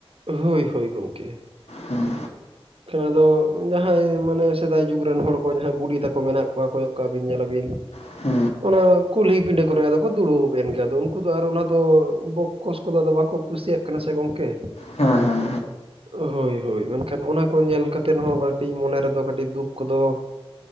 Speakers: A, on the right; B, on the left.
A: ᱦᱳᱭ ᱦᱳᱭ ᱜᱚᱝᱠᱮ
B: ᱦᱮᱸ <unintelligible>
A: ᱟᱫᱚ, ᱡᱟᱸᱦᱟᱭ ᱢᱟᱱᱮ ᱥᱮᱫᱟᱭ ᱡᱩᱜᱽ ᱨᱮᱱ ᱦᱚᱲ ᱠᱚ ᱡᱟᱸᱦᱟᱭ ᱵᱩᱰᱤ ᱛᱟᱠᱚ ᱢᱮᱱᱟᱜ ᱠᱚᱣᱟ ᱠᱚᱭᱼᱼ ᱚᱱᱠᱟ ᱵᱤᱱ ᱧᱮᱞ ᱟᱵᱤᱱᱼᱼ
B: ᱦᱮᱸ
A: ᱚᱱᱟ ᱠᱩᱞᱦᱤ ᱯᱤᱸᱰᱟᱹ ᱠᱚᱨᱮ ᱟᱫᱚ ᱠᱚ ᱫᱩᱲᱩᱵ ᱮᱱ ᱜᱮ, ᱟᱫᱚ ᱩᱱᱠᱩ ᱫᱚ ᱟᱨ ᱚᱱᱟ ᱫᱚᱼᱼ ᱠᱚᱥ ᱫᱚ ᱟᱫᱚ ᱵᱟᱝ ᱠᱚ ᱠᱩᱥᱤᱭ ᱟᱜ ᱠᱟᱱᱟ ᱥᱮ ᱜᱚᱝᱠᱮ᱾
B: ᱦᱮᱸ ᱦᱮᱸ
A: ᱦᱳᱭ ᱦᱳᱭ <unintelligible> ᱮᱱ ᱠᱷᱟᱱ ᱚᱱᱟ ᱠᱚ ᱧᱮᱞ ᱠᱟᱛᱮᱫ ᱦᱚᱸ ᱠᱟᱹᱴᱤᱡ ᱢᱚᱱᱮ ᱨᱮ ᱫᱚ ᱠᱟᱹᱴᱤᱡ ᱫᱩᱠ ᱠᱚ ᱫᱚ